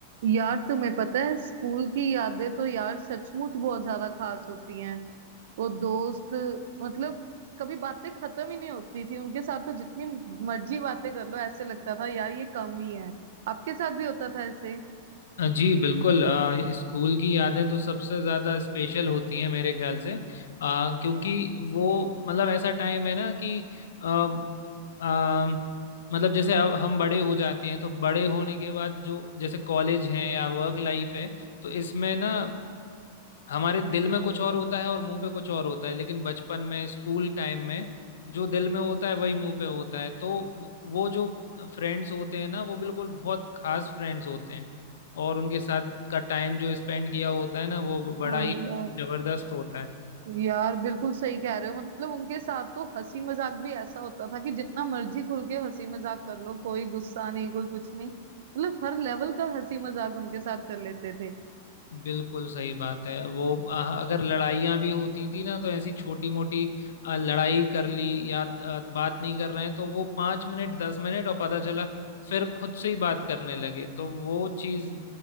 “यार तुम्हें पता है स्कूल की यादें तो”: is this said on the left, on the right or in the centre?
Right